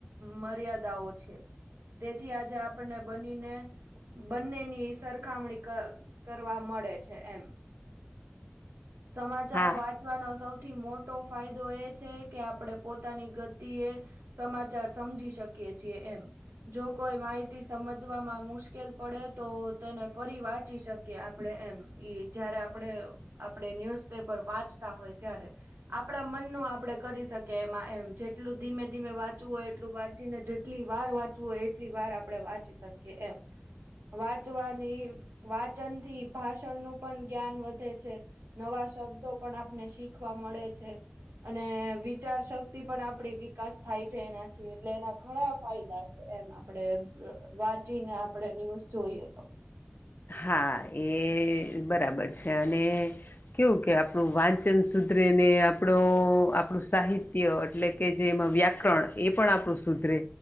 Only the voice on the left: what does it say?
<unintelligible>
હા
હા એ બરાબર છે અને કેવું કે આપણું વાંચન સુધ્ર સુધરેને આપણું આપણું સાહિત્ય એટલે કે જેમાં વ્યાકરણ એ પણ આપણું સુધરે